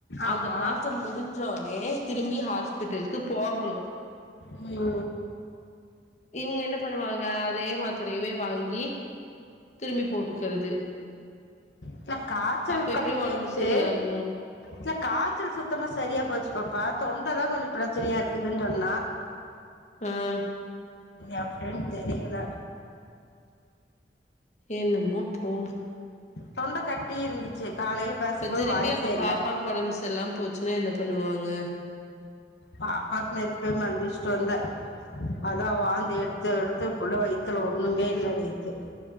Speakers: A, on the left; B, on the left.
A: ஆமா
B: அந்த மாத்தர முடிஞ்சோனே திரும்பி ஹாஸ்பிட்டல்க்கு போகணு
A: ம்யு
B: இவங்க என்ன பண்ணுவாங்க அதே மாத் திரையவே வாங்கி திரும்பி போட்டுக்குறது
A: இல்ல காய்ச்சல்
B: அப்ப எப்டி
A: கம்மியாயிடுச்சு
B: ஒடம்பு சரியாகு
A: இல்ல காச்சல் சுத்தமா சரியா போச்சு பாப்பா தொண்ட தா கொஞ்ச பிரெச்சனையா இருக்கு அப்டின் சொன்னா
B: ஆஹ்
A: எப்டின் தெரில
B: என்னமோ போ
A: தொண்ட கட்டி இருந்துச்சு காலைல பேசுபோது
B: இப்ப திரும்பி
A: வாய்சே
B: அப்ப
A: இல்ல
B: பாப்பாக்கு ஒடம்பு சரியில்லாம போச்சுன்னா என்ன பண்ணுவாங்க
A: பாப்பாக்கு நேத்தி போய் மருபிடியு ச் சொந்த வந் தா வாந்தி எடுத்து எடுத்து புள்ள வைத்துல ஒண்ணுமே இல்ல நேத்து